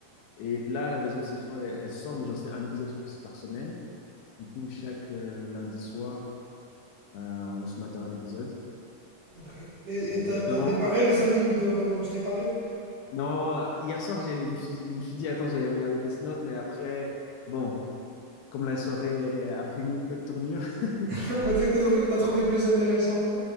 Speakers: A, on the left; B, on the right.
A: Et là, la deuxième saison, elle, elle sort, mais genre, c'est un épisode par, par semaine. Du coup, chaque euh, lundi soir, euh, on se mate à un épisode.
B: ok. Et
A: On,
B: et t'as t'as démarré les animes de- dont je t'ai parlé?
A: Non, hier soir, j'ai- je me suis, je me suis dit, attends, j'allais regarder Death Note, mais après, bon, comme la soirée a pris une autre tournure, <laughs>
B: <laughs> On va dire que t'as trouvé, t'as trouvé plus intéressant.